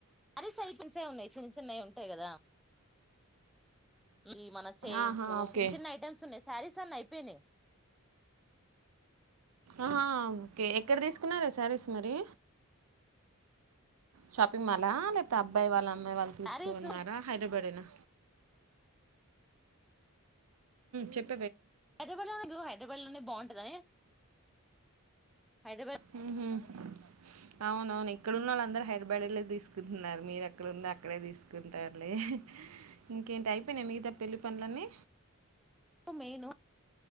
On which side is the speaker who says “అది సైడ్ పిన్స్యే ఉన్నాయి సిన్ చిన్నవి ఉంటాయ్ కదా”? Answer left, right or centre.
Centre